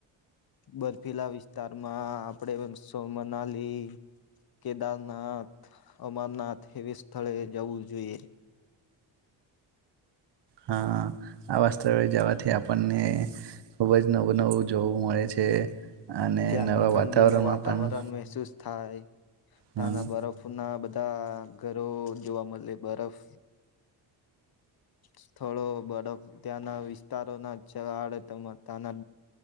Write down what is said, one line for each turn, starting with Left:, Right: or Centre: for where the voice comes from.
Left: બર્ફીલા વિસ્તારમાં આપડે બનશો મનાલી કેદારનાથ, અમરનાથ એવી સ્થળે જવું જોઈએ.
Right: હા, આવા સ્થળે જવાથી આપણને ખુબ જ નવું નવું જોવું મળે છે અને
Left: ત્યાંની
Right: નવા
Left: ઠંડીનું
Right: વાતાવરણમાં
Left: વાતાવરણ
Right: પણ
Left: મહેસૂસ થાય. ત્યાંના
Right: હા.
Left: બરફના બધા ઘરો જોવા મળે બરફ સ્થળો બરફ ત્યાંના વિસ્તારોના આડે ત ત્યાંના